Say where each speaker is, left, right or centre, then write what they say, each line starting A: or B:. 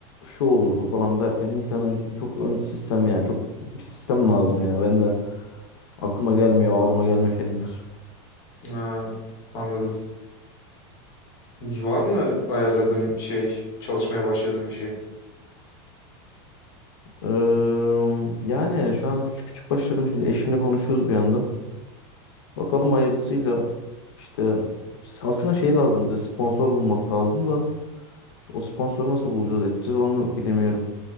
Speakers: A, on the left; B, on the left.
A: şu olurdu falan derken insanın çok ön- sistem yani çok bir sistem lazım yani. Ben de aklıma gelmiyor, ağzıma gelmiyor kelimeler.
B: Ha, anladım. Var mı ayarladığın şey, çalışmaya başladığın bir şey?
A: Eee, yani şu an küçük küçük başlarım şimdi eşimle konuşuyoruz bir yandan. Bakalım hayırlısıyla işte aslında şey lazım bize sponsor bulmak lazım da o sponsoru nasıl bulacağız edeceğiz onu bilemiyorum.